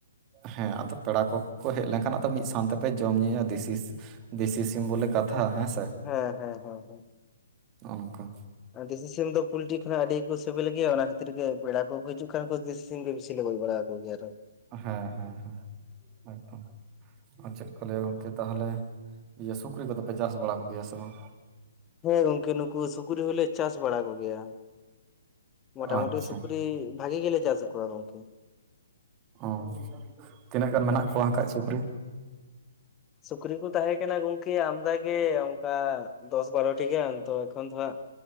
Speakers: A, on the right; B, on the left.
A: ᱦᱮᱸ ᱟᱫᱚ ᱯᱮᱲᱟ ᱠᱚᱠᱚ ᱦᱮᱡ ᱞᱮᱱᱠᱷᱟᱱ ᱟᱫᱚ ᱢᱤᱫ ᱥᱟᱶ ᱛᱮᱯᱮ ᱡᱚᱢ ᱧᱩᱭᱟ ᱫᱤᱥᱤᱥ ᱫᱤᱥᱤ ᱥᱤᱢ ᱵᱚᱞᱮ ᱠᱟᱛᱷᱟ ᱦᱮᱸᱥᱮ ᱾
B: ᱦᱩᱸ ᱦᱩᱸ ᱦᱩᱸ ᱦᱩᱸ
A: ᱱᱚᱜᱼᱚ ᱱᱚᱝᱠᱟ
B: ᱫᱤᱥᱤ ᱥᱤᱢ ᱫᱚ ᱯᱩᱞᱴᱤ ᱠᱷᱚᱱᱟᱜ ᱟᱹᱰᱤ ᱜᱮᱠᱚ ᱥᱤᱵᱤᱞ ᱜᱮᱭᱟ ᱚᱱᱟ ᱠᱷᱟᱹᱛᱤᱨ ᱜᱮ ᱯᱮᱲᱟ ᱠᱚᱠᱚ ᱦᱤᱡᱩᱜ ᱠᱷᱟᱡ ᱠᱚ ᱫᱤᱥ ᱥᱤᱢ ᱜᱮ ᱵᱮᱥᱤ ᱞᱮ ᱜᱚᱡ ᱵᱟᱲᱟ ᱟᱠᱚ ᱜᱮᱭᱟ ᱛᱚ
A: ᱦᱮᱸ ᱦᱮᱸ ᱦᱮᱸ ᱮᱠᱫᱚᱢ ᱟᱨ ᱪᱮᱫ ᱠᱚ ᱞᱟᱹᱭᱟ ᱜᱚᱝᱠᱮ ᱛᱟᱦᱚᱞᱮ ᱤᱭᱟᱹ ᱥᱩᱠᱨᱤ ᱠᱚᱫᱚ ᱯᱮ ᱪᱟᱥ ᱵᱟᱲᱟ ᱠᱚ ᱜᱮᱭᱟ ᱥᱮ ᱵᱟᱝ?
B: ᱦᱳᱭ ᱜᱚᱝᱠᱮ ᱱᱩᱠᱩ ᱥᱩᱠᱨᱤ ᱦᱚᱞᱮ ᱪᱟᱥ ᱵᱟᱲᱟ ᱠᱚ ᱜᱮᱭᱟ ᱾ ᱢᱳᱴᱟᱢᱩᱴᱤ
A: ᱟᱪᱪᱷᱟ
B: ᱥᱩᱠᱨᱤ ᱵᱷᱟᱜᱤ ᱜᱮᱞᱮ ᱪᱟᱥᱮᱜ ᱠᱚᱣᱟ ᱜᱚᱝᱠᱮ ᱾
A: ᱚ ᱛᱤᱱᱟᱹᱜ ᱜᱟᱱ ᱢᱮᱱᱟᱜ ᱠᱚᱣᱟ ᱦᱟᱸᱜ ᱠᱷᱟᱡ ᱥᱩᱠᱨᱤ?
B: ᱥᱩᱠᱨᱤ ᱠᱚ ᱛᱟᱦᱮᱸ ᱠᱟᱱᱟ ᱜᱚᱝᱠᱮ ᱟᱢᱫᱟ ᱜᱮ ᱚᱱᱠᱟ ᱫᱚᱥ ᱵᱟᱨᱳᱴᱤ ᱜᱟᱱ ᱛᱚ ᱮᱠᱷᱚᱱ ᱫᱚᱦᱟᱸᱜ